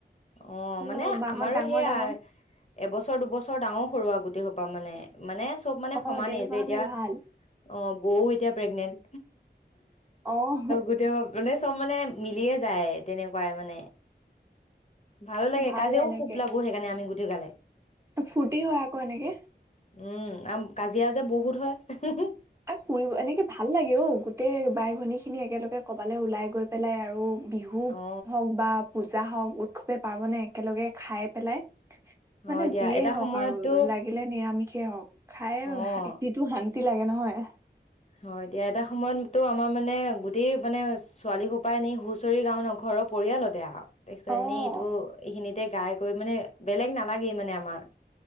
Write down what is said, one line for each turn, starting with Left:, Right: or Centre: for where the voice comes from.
Left: অ',
Right: হলেও
Left: মানে
Right: বাহত
Left: আমাৰো
Right: ডাঙৰ
Left: সেইয়া
Right: ডাঙৰ
Left: এবছৰ দুবছৰ ডাঙৰ সৰু আৰু গোটেই সোপা মানে। মানে চ'ব মানে
Right: অ
Left: সমানেই
Right: তেনেকুৱা
Left: যে
Right: হলে
Left: এতিয়া অ',
Right: ভাল
Left: বৌও এতিয়া প্ৰেগনেন্ট
Right: অ',
Left: গোটেই মানে চ'ব মানে মিলিয়ে যায় তেনেকুৱাই মানে। ভালো লাগে
Right: ভাল
Left: কাজিয়াও
Right: এনেকে
Left: খুব লাগো সেইকাৰণে আমি গোটেই গালে।
Right: ফূৰ্তি হয় আকৌ এনেকে।
Left: উম, আৰু কাজিয়া যে বহুত হয়।
Right: অ', ফুৰিব এনেকে ভাল লাগে অ', গোটেই বাই-ভনী খিনি একেলগে ক'বালৈ ওলাই গৈ পেলাই আৰু বিহু
Left: অ
Right: হওক বা পূজা হওক উৎসৱে পাৰ্বনে একেলগে খাই পেলাই।
Left: হয়
Right: মানে
Left: দিয়া
Right: যিয়েই
Left: এটা
Right: হওক
Left: সময়ততো
Right: আৰু লাগিলে নিৰামিষেই হওক খাই
Left: অ
Right: যিটো শান্তি লাগে নহয়। <inaudible>
Left: হয়, দিয়া এটা সময়ততো আমাৰ মানে গোটেই মানে ছোৱালীসোপাই এনেই হুঁচৰি গাও ন' ঘৰৰ পৰিয়ালতে আৰু তাৰপিছত
Right: অ',
Left: এনেই ত' এইখিনিতে গাই কৰি মানে বেলেগ নালাগেই মানে আমাৰ।